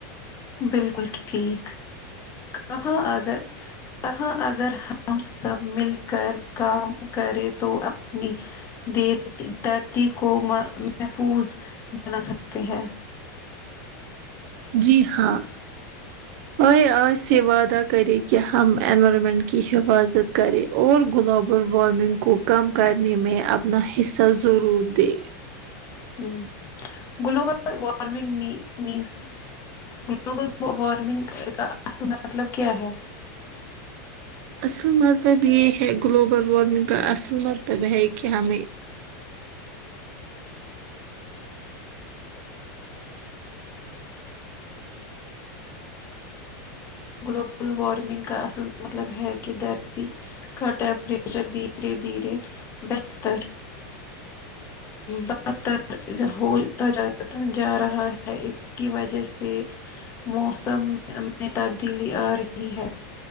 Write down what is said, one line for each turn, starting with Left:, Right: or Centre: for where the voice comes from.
Left: بالکل ٹھیک کہاں اگر کہاں اگر ہم سب مل کر کام کرے تو اپنی دیر دھرتی کو محفوظ بنا سکتے ہیں
Right: جی ہاں آئی آس یہ وعدہ کرے کہ ہم اینورارمینٹ کی حفاظت کرے اور گلوبل وارمنگ کو کم کرنے میں اپنا حصہ ضرور دے
Left: ہمم گلوبل وارمنگ می مینس گلوبل وارمنگ کا اصل مطلب کیا ہے
Right: اصل مطلب یہ ہے گلوبل وارمنگ کا اصل مطلب ہے کہ ہمیں
Left: گلوبل وارمنگ کا اصل مطلب ہے کہ دردتی کا ٹمپریچر دھیرے دھیرے بہتر برتر ہوتا جا رہا ہے اس کی وجہ سے موسم میں تبدیلی آ رہی ہے